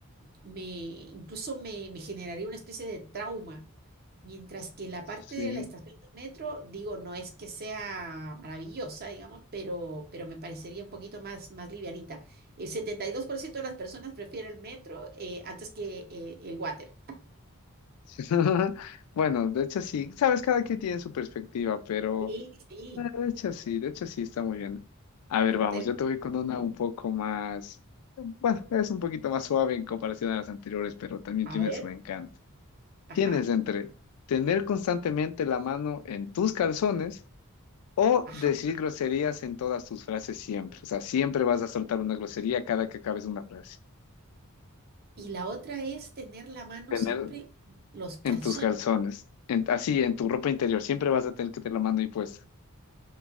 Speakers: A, on the right; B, on the left.
A: me, incluso me, me generaría una especie de trauma, mientras que la
B: Sí.
A: parte de la estación de metro, digo, no es que sea maravillosa, digamos, pero, pero me parecería un poquito más, más livianita. El 72% de las personas prefiere el metro eh, antes que eh, el water.
B: <laughs> Bueno, de hecho sí, sabes, cada quien tiene su perspectiva, pero
A: Sí, sí,
B: eh, de hecho sí, de hecho sí está muy bien. A ver,
A: inter-
B: vamos, yo te voy con una un poco más, bueno, es un poquito más suave en comparación a las anteriores, pero también
A: A
B: tiene
A: ver,
B: su encanto.
A: ajá,
B: Tienes entre tener constantemente la mano en tus calzones o
A: ajá.
B: decir groserías en todas tus frases siempre. O sea, siempre vas a soltar una grosería cada que acabes una frase.
A: Y la otra es tener la mano
B: Tener
A: siempre en los calzones.
B: en tus calzones, en- así, en tu ropa interior, siempre vas a tener que tener la mano ahí puesta.